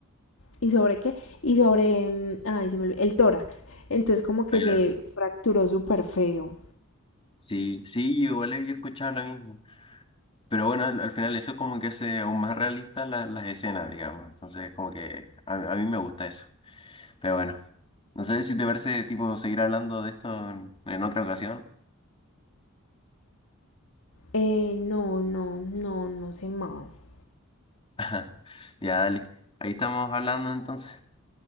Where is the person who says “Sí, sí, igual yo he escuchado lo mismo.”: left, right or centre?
Left